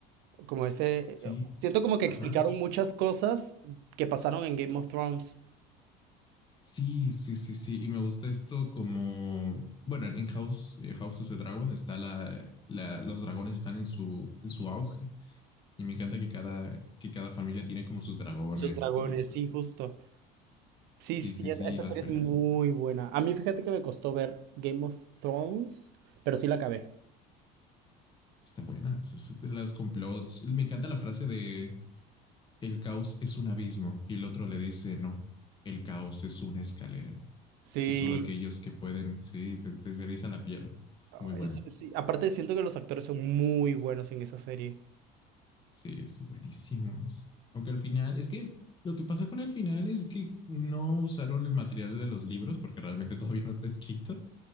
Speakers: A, on the right (about 70°); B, on the left (about 25°).
A: Como ese...
B: Sí,
A: eh, Siento como que explicaron
B: ajá.
A: muchas cosas que pasaron en Game of Thrones.
B: Sí, sí, sí, sí. Y me gusta esto como, bueno, en House, eh, House of the Dragon está la, la, los dragones están en su, en su auge Y me encanta que cada, que cada familia tiene como sus dragones
A: Sus dragones,
B: y todo eso.
A: sí,
B: Está-
A: justo. Sí,
B: Sí,
A: sí,
B: sí,
A: e-
B: sí,
A: esa
B: las
A: serie
B: peleas.
A: es muy
B: Está,
A: buena. A mí fíjate que me costó ver Game of Thrones, pero sí la acabé.
B: está buena. Eso es de las complots. Me encanta la frase de el caos es un abismo y el otro le dice, no, el caos es una escalera.
A: Sí.
B: Es solo aquellos que pueden, sí, te, te eriza la piel. Es muy
A: Ay,
B: buena.
A: sí, sí. Aparte siento que los actores son muy buenos en esa serie.
B: Sí, sí, buenísimos. Aunque al final, es que lo que pasa con el final es que no usaron el material de los libros porque realmente todavía no está escrito.